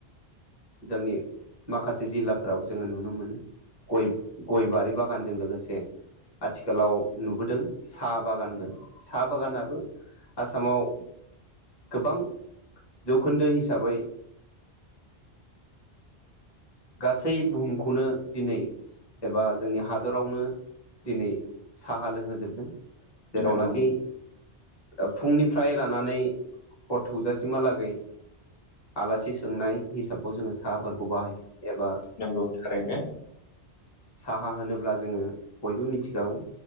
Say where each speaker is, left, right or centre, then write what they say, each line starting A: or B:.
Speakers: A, on the left (about 25°); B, on the left (about 65°).
A: जोंनि माखासे जिल्लाफोराव जोङो नुनो मोनो गय गय बारि बागानजों लोगोसे आथिखालाव नुबोदों साहा बागानबो साहा बागानाबो आसामाव गोबां जौखोन्दो हिसाबै गासै बुहुमखौनो दिनै एबा जोंनि हादरावनो दिनै साहा लोंहोजोबदों जेरावनाखि
B: नंगौ नंगौ
A: ओ फुंनिफ्राय लानानै हर थौजासिमहालागै आलासि सोंनाय हिसाबाव जोङो साहाफोरखौ बाहायो एबा
B: नोंगौ थारैनो।
A: साहा होनोब्ला जोङो बयबो मिथिखागौ।